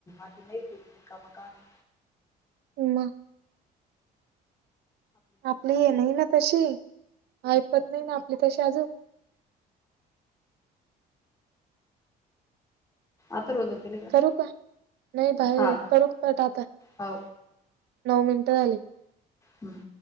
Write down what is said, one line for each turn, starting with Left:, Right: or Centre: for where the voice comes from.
Left: आती नाही करू देत रिकाम कामे
Right: ऊमा आपली हे नाही ना तशी ऐपत नाही ना आपली तशी आजू
Left: आथर्व झोपेल का?
Right: करू का, नाही बाहेरे
Left: हा
Right: आहे, करू कट आता
Left: हो
Right: नऊ मिनटं झाली.
Left: हम